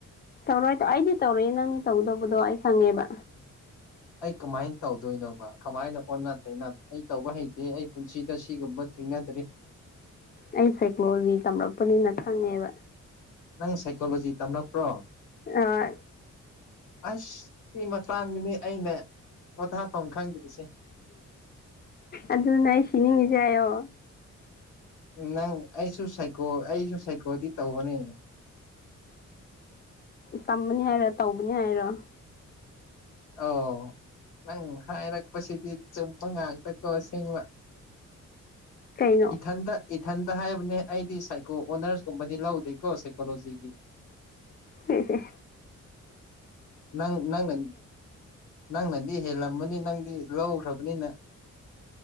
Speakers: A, on the left (about 35°); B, on the left (about 75°).
A: ꯇꯧꯔꯣꯏꯗ ꯑꯩꯗꯤ ꯇꯧꯔꯛꯑꯦ ꯅꯪꯗꯤ ꯇꯧꯗꯧꯕꯗꯣ ꯑꯩ ꯈꯪꯉꯦꯕ
B: <inaudible> ꯑꯩ ꯀꯃꯥꯏꯟ ꯇꯧꯗꯣꯏꯅꯣꯕ ꯀꯃꯥꯏꯅ ꯑꯣꯟꯅ ꯇꯩꯅ ꯑꯩ ꯇꯧꯕ ꯍꯩꯇꯦ ꯑꯩ ꯄꯨꯟꯁꯤꯗ ꯁꯤꯒꯨꯝꯕ ꯊꯦꯡꯅꯗ꯭ꯔꯤ
A: ꯑꯩ ꯁꯥꯏꯀꯣꯂꯣꯖꯤ ꯇꯝꯔꯛꯄꯅꯤꯅ ꯈꯪꯉꯦꯕ
B: ꯅꯪ ꯁꯥꯏꯀꯣꯂꯣꯖꯤ ꯇꯝꯂꯛꯄ꯭ꯔꯣ
A: ꯑꯥ
B: ꯑꯁ ꯁꯤ ꯃꯇꯥꯡꯁꯤꯅꯤ ꯑꯩꯅ ꯄꯣꯊꯥꯐꯝ ꯈꯪꯗ꯭ꯔꯤꯁꯦ
A: ꯑꯗꯨꯅꯦ ꯑꯩ ꯁꯤꯅꯤꯡꯉꯤꯁꯦ ꯍꯥꯏꯌꯣ
B: ꯅꯪ ꯑꯩꯁꯨ ꯁꯥꯏꯀꯣ ꯑꯩꯁꯨ ꯁꯥꯏꯀꯣꯜꯗꯤ ꯇꯧꯕꯅꯦ
A: ꯇꯝꯕꯅꯤ ꯍꯥꯏꯔꯣ ꯇꯧꯕꯅꯤ ꯍꯥꯏꯔꯣ
B: ꯑꯧ ꯅꯪ ꯍꯥꯏꯔꯛꯄꯁꯤꯗꯤ ꯆꯨꯝꯕ ꯉꯥꯛꯇꯀꯣ ꯑꯁꯦꯡꯕ <inaudible>
A: ꯀꯩꯅꯣ
B: ꯏꯊꯟꯗ ꯏꯊꯟꯗ ꯍꯥꯏꯕꯅꯦ ꯑꯩꯗꯤ ꯁꯥꯏꯀꯣꯜ ꯑꯣꯅꯔꯁꯀꯨꯝꯕꯗꯤ ꯂꯧꯗꯦꯀꯣ ꯁꯥꯏꯀꯣꯂꯣꯖꯤꯒꯤ
A: ꯏꯁ ꯏꯁ
B: ꯅꯪ ꯅꯪꯅ ꯅꯪꯅꯗꯤ ꯍꯦꯜꯂꯝꯃꯅꯤ ꯅꯪꯗꯤ ꯂꯧꯈ꯭ꯔꯕꯅꯤꯅ